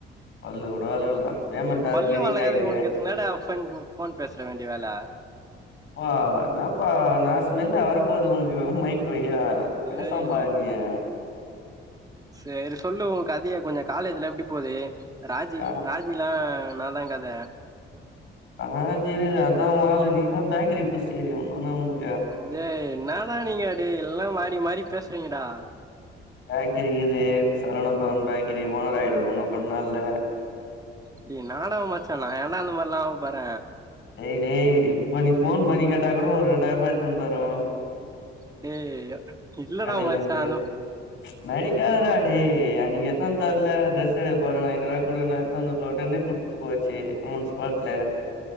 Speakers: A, on the left (about 70°); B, on the right (about 20°).
A: பல்லு கூட வெலகல்டா பேமெண்ட்
B: டே
A: வேற
B: பல்லு
A: கிரெடிட்
B: வெளங்காது
A: ஆயிடு
B: ஒனக்கு எது என்னடா ஃபென்பு ஃபோன் பேசுற வேண்டிய வேல
A: ப்பா என்னப்பா என்ன ஸ்மெல்லா வரப் போது உனக்கு மைக் வெழியா பேசாம்
B: ஏய்
A: பாரு நீயு
B: சேரி சொல்லு ஒ கதைய கொஞ்ச காலேஜ்லா எப்டி போது ராஜிப்
A: ஆ
B: ராஜிலா நாந்தா கத
A: ஆ செரி அதா ஒ ஆலு நீதா பேக்கரி புஸ்ட்சுக்கிறியே ஒன்னுனா உனக்
B: டைய் என்னாடா நீங்க டேய் எல்லா மாறி மாறி பேசுறீங்கடா
A: பேக்கரி இக்குது சரவண பவன் பேக்கரி ஓனர் ஆயிடுவ இன்னு கொன் நாள்ல
B: டேய் என்னாடா மச்சா ஏன்டா நா அந்த மாரில்லா ஆவப்போற
A: டேய் டேய் இப்போ நீ ஃபோன் பண்ணி கேட்டா கூட ஒரு ரெண்டாயிரூபா எத்துன்னு வந்து தரும்
B: டேய் இல்லடா
A: கடையில
B: மச்சா
A: இருந்து
B: அது
A: நடிக்காதடா டேய் அன்னக்கி எத்துன் தர்ல ட்ரெஸ் எடுக்க போற ஐநூவா குடுன்னு எத்து வந்து ஒடனே குடுத்து போச்சு ஆன் ஸ்பார்ட்ல